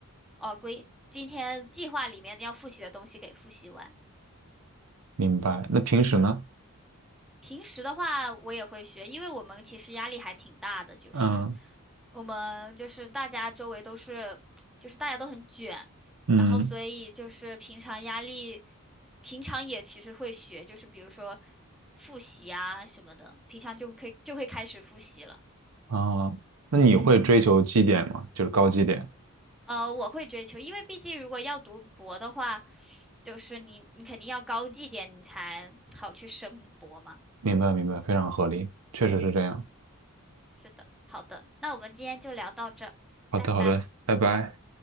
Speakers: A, in the centre; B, on the right.
A: 呃，规，今天计划里面要复习的东西给复习完。
B: 明白。那平时呢？
A: 平时的话，我也会学，因为我们其实压力还挺大的，就是
B: 嗯
A: 我们就是大家周围都是，就是大家都很卷，
B: 嗯。
A: 然后所以就是平常压力，平常也其实会学，就是比如说复习啊什么的，平常就可以就会开始复习了。
B: 啊，那你会追求绩点吗？就是高绩点。
A: 呃，我会追求，因为毕竟如果要读博的话，就是你你肯定要高绩点，你才好去升博嘛。
B: 明白，明白，非常合理，确实是这样。
A: 是的，好的，那我们今天就聊到这儿，
B: 好的，
A: 拜拜。
B: 好的，拜拜。